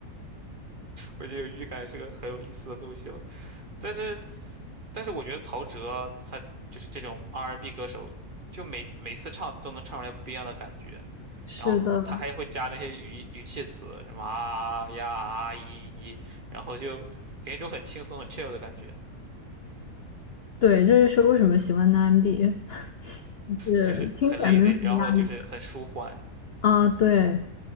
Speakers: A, on the right; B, on the left.
A: 我就有预感是个很有意思的东西了。但是，但是我觉得陶喆他就是这种 R&B 歌手，就每每次唱都能唱出来不一样的感觉，
B: 是的，
A: 然后他还会加那些语语气词，什么啊呀啊一一，然后就给人一种很轻松、很 chill 的感觉，
B: 对，这就是为什么喜欢的 MB，<laughs> 就是听起来没有什么压力
A: 就是很 lazy，然后就是很舒缓，
B: 啊，对。